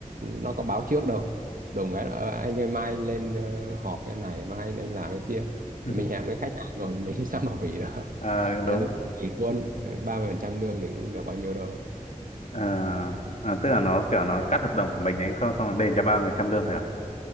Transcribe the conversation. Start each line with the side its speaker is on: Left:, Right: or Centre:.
Right: nó có báo trước đâu đùng cái là, "Ờ, anh ơi mai anh lên ờ, họp cái này mai anh lên làm cái kia
Left: <laughs>
Right: mình hẹn với khách hàng rồi mình <laughs> sao mà hủy được
Left: Ờ,
Right: nên
Left: đúng
Right: là chỉ luôn ba mươi phần trăm lương thì cũng được bao nhiêu đâu
Left: Ờ, ờ, tức là nó kiểu nó cắt hợp đồng của mình ấy không xong nó đền cho ba phần trăm lương thôi à